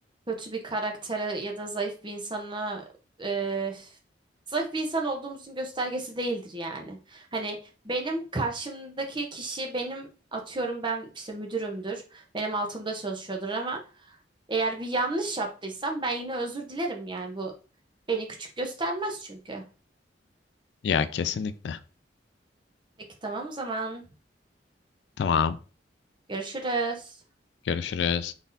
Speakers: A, on the right; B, on the left.
A: kötü bir karaktere ya da zayıf bir insana e, zayıf bir insan olduğumuzun göstergesi değildir yani. Hani benim karşımdaki kişi benim atıyorum ben işte müdürümdür. Benim altımda çalışıyordur ama eğer bir yanlış yaptıysam ben yine özür dilerim yani bu beni küçük göstermez çünkü.
B: Ya kesinlikle.
A: Peki tamam o zaman.
B: Tamam.
A: Görüşürüz.
B: Görüşürüz.